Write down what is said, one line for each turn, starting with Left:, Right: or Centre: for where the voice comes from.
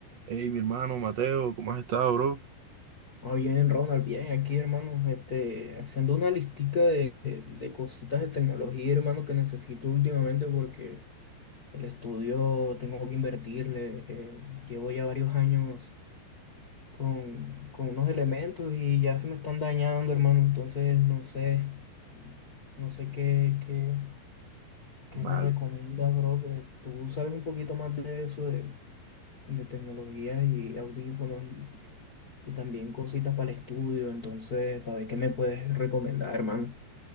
Right: Hey, mi hermano Mateo, ¿cómo has estado, bro?
Left: Ah, bien, Ronald, bien, aquí, hermano, este, haciendo una listica de, de- de cositas de tecnología, hermano, que necesito últimamente porque el estudio tengo que invertirle. eh, llevo ya varios años con, con unos elementos y ya se me están dañando, hermano, entonces no sé, no sé qué, qué, qué
Right: Vale,
Left: me recomiendas, bro, que tú sabes un poquito más de eso, de tecnología y audífonos y, y también cositas para el estudio. Entonces, para ver qué me puedes recomendar, hermano.